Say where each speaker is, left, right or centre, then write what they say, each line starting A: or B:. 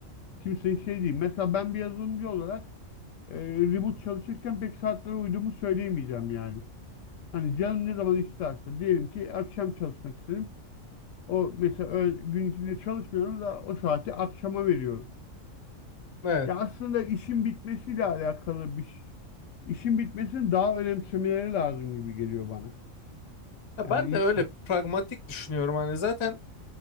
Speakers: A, on the left; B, on the left.
A: Kimsenin şey değil. Mesela ben bir yazılımcı olarak e, remote çalışırken pek saatlere uyduğumu söyleyemeyeceğim yani. Hani canım ne zaman isterse diyelim ki akşam çalışmak istedim. O mesela öğ- gün içinde çalışmıyorum da o saati akşama veriyorum.
B: Evet.
A: Ya aslında işin bitmesiyle alakalı bir ş- işin bitmesini daha önemsemeleri lazım gibi geliyor bana.
B: Ya
A: Yani
B: ben
A: iyi-
B: de öyle pragmatik düşünüyorum hani zaten